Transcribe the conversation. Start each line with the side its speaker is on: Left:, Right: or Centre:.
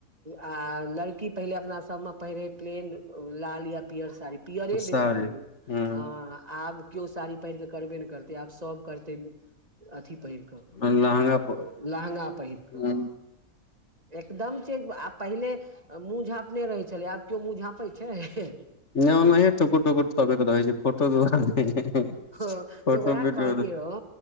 Right: आ लड़की पहिले अपना सबमे पहिरै प्लेन लाल या पीयर साड़ी पीयरै में
Left: साड़ी
Right: बेसी पहिरै
Left: हूँ
Right: अ आब कियो साड़ी पहिर के करबे नै करतै आब सब करते अथी पहिरके क
Left: लहंगा पर
Right: लंहगा पहिर
Left: हूँ
Right: कऽ हां। एकदम चेंज आ पहिले अ मुँह झाँपने रहै छलै, आब कियौ मुँह झाँपै छै।
Left: नै ओनहें टुकुर-टुकुर तकैत रहै छै फोटो दुआरे
Right: हां
Left: फोटो
Right: तऽ ऊहा
Left: वीडियो
Right: कहलियै हां